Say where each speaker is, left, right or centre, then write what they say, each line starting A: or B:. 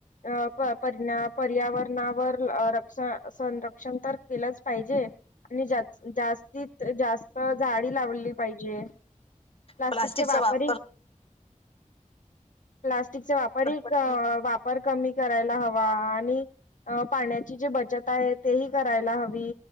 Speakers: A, on the left (about 75°); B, on the left (about 45°).
A: अं प परना पर्यावरणावर रक्ष संरक्षण तर केलंच पाहिजे. आणि जास्तीत जास्त झाडी लावली पाहिजे. प्लास्टिक
B: प्लास्टिकचा
A: च वापरीन
B: वापर
A: प्लास्टिकचा वापरही
B: वापर
A: क
B: पण
A: वापर कमी करायला हवा आणि अं पाण्याची जे बचत आहे ते ही करायला हवी.